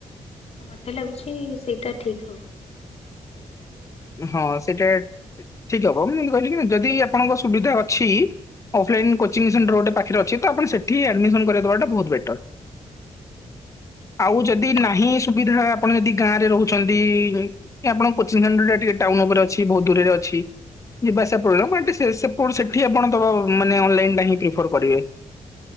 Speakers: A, on the left (about 50°); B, on the left (about 25°).
A: ତ ମତେ ଲାଗୁଛି ସେଇଟା ଠିକ ହବ।
B: ହଁ ସେଇଟା ଠିକ ହବ ମୁଁ ଏମିତି କହିଲି କି ନା ଯଦି ଆପଣଙ୍କ ସୁବିଧା ଅଛି ଅଫ୍ଲାଇନ୍ କୋଚିଂ ସେଣ୍ଟର ଗୋଟେ ପାଖରେ ଅଛି ତ ଆପଣ ସେଠି ଆଡ଼ମିସନ୍ କରାଇ ଦେବାଟା ବହୁତ ବେଟର୍।
A: ହୁଁ
B: ଆଉ ଯଦି ନାହିଁ ସୁବିଧା ଆପଣ ଯଦି ଗାଁ ରେ ରହୁଛନ୍ତି ଆପଣଙ୍କ କୋଚିଂ ସେଣ୍ଟର୍ ଟା ଟିକେ ଟାଉନ ଉପରେ ଅଛି ବୋହୁତ ଦୂରରେ ଅଛି ଯିବା ଆସିବା ପ୍ରବଲେମ ଏଠି ସେ ସେପ ସେଠି ଆପଣ ଦବା ମାନେ ଅନଲାଇନ୍ ଟା ହିଁ ପ୍ରିଫର କରିବେ।